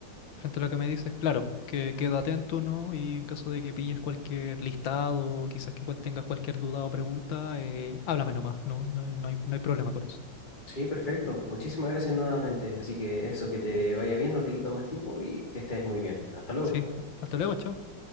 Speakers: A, on the left; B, on the left.
A: frente a lo que me dices, claro, que queda atento, ¿no? Y en caso de que pilles cualquier listado o quizás que cual- tengas cualquier duda o pregunta, eh, háblame nomás, ¿no? Eh, No hay, no hay problema con eso.
B: Sí, perfecto. Muchísimas gracias nuevamente. Así que eso, que te vaya bien, no te quito más tiempo y que estés muy bien. Hasta luego.
A: Sí, hasta luego, chao.